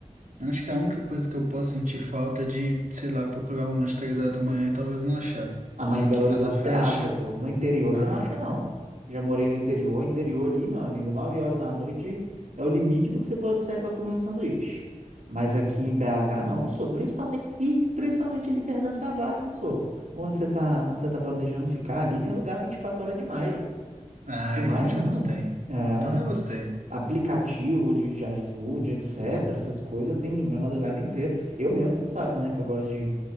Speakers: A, on the right; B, on the right.
A: Eu Acho que a única coisa que eu posso sentir falta é de, sei lá, procurar um lanche três horas da manhã e talvez não achar.
B: Ah, mas
A: Porque
B: em
A: aqui
B: Belo
A: nada
B: Horizonte
A: fecha.
B: você acha, pô. No interior
A: Ah,
B: você não acha, não. Já morei no interior, interior ali, meu amigo, 9 horas da noite é o limite do que você pode sair para comer um sanduíche. Mas aqui em BH não, sou principalmente e principalmente ali perto da Savassi, sou. Onde você tá, onde você tá planejando ficar ali, tem lugar 24 horas demais.
A: ai,
B: Demais
A: eu já
B: mesmo.
A: gostei.
B: É.
A: Então já gostei.
B: Aplicativo de, de iFood, etc. Essas coisas tem a madrugada inteira. Eu mesmo, você sabe, né, que eu gosto de,